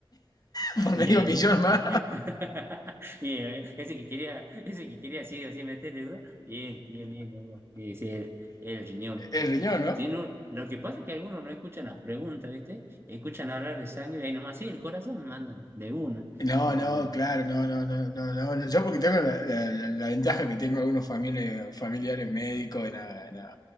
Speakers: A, on the left; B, on the right.
A: <laughs> Por
B: Bien,
A: medio millón más.
B: bien. <laughs> Bien, ese que quería, ese que quería así, así meterle, ¿no? Bien, bien, bien, Hugo. Sí, sí, el el riñón.
A: El riñón, ¿no?
B: Sí, no, lo que pasa es que algunos no escuchan las preguntas, ¿viste? Escuchan hablar de sangre y ahí nomás, sí, el corazón mandan de una.
A: No,
B: Y no,
A: no, claro, no, no, no, no, no, no. Yo porque tengo la, la- la- la ventaja que tengo algunos familia- familiares médicos en la, en la,